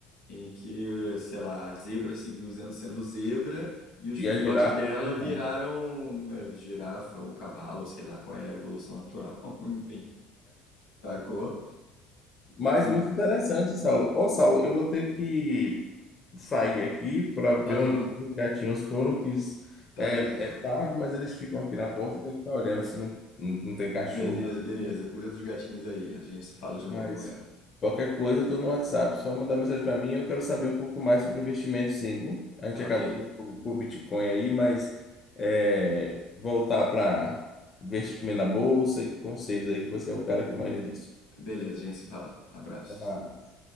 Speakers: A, on the left; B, on the left.
A: em que, sei lá, a zebra seguiu sendo, sendo zebra e os filhotes
B: E a girafa
A: dela
B: virou girafa.
A: viraram é, girafa ou cavalo, sei lá qual é a evolução natural, <laughs> enfim, sacou?
B: Mas
A: Sim.
B: muito interessante, Saulo. Ô, Saulo, eu vou ter que sair aqui para ver
A: Aham,
B: onde os gatinhos foram, que
A: tá, tá.
B: é tarde, mas eles ficam aqui na porta, tem que estar olhando se não, não, não tem cachorro
A: Beleza,
B: na
A: beleza.
B: rua.
A: Cuida dos gatinhos aí. A gente se fala de novo
B: Mas
A: amanhã.
B: qualquer coisa, eu tô no WhatsApp, só mandar mensagem para mim. Eu quero saber um pouco mais sobre investimento, sim, viu? A gente
A: Tá
B: acabou
A: ok.
B: indo pro pro Bitcoin aí, mas é, voltar para investimento na bolsa e conselhos aí, que você é o cara que manja disso.
A: Beleza, a gente se fala. Abraço.
B: Até mais.